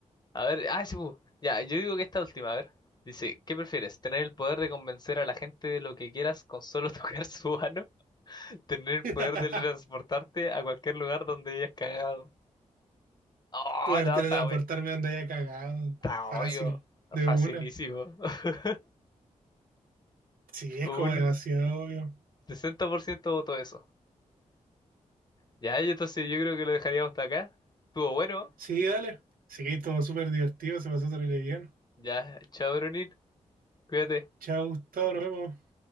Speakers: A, on the left (about 30°); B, on the right (about 80°).
A: A ver, ah, sí, pu. Ya, yo digo que esta última, a ver. Dice, ¿qué prefieres? ¿Tener el poder de convencer a la gente de lo que quieras con solo <laughs> tocar su mano? ¿Tener el
B: <laughs>
A: poder de transportarte a cualquier lugar donde hayas cagado? Oh,
B: Poder
A: no,
B: teletransportarme
A: está, weón.
B: donde haya cagado.
A: Está
B: Fácil.
A: obvio.
B: De
A: Facilísimo.
B: una.
A: <laughs>
B: Sí, es
A: Un
B: como demasiado obvio.
A: 60% voto eso. Ya, y entonces yo creo que lo dejaríamos hasta acá. Estuvo bueno.
B: Sí, dale. Sí, todo súper divertido. Se pasó terrible bien.
A: Ya, chao, Brunín. Cuídate.
B: Chao, Gustavo. Nos vemos.